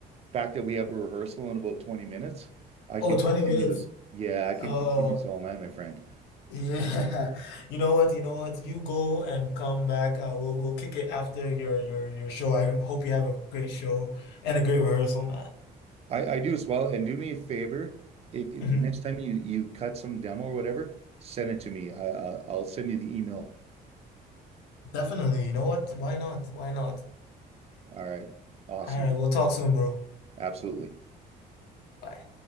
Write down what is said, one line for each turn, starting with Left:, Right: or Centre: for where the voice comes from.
Right: fact that we have a rehearsal in about 20 minutes, I could
Left: Oh, 20
Right: continue
Left: minutes.
Right: this. Yeah, I could
Left: Oh,
Right: continue this all night, my friend.
Left: yeah. <laughs> You know what? You know what? You go and come back. Uh, we'll we'll kick it after your your your show. I hope you have a great show and a great rehearsal, man.
Right: I, I do as well. And do me a favor, if, if
Left: hmm
Right: Mhm. next time you you cut some demo or whatever, send it to me. I, I I'll send you the email.
Left: Definitely. You know what? Why not? Why not?
Right: All right. Awesome,
Left: All right,
Right: dude.
Left: we'll talk soon, bro.
Right: Absolutely.
Left: Bye.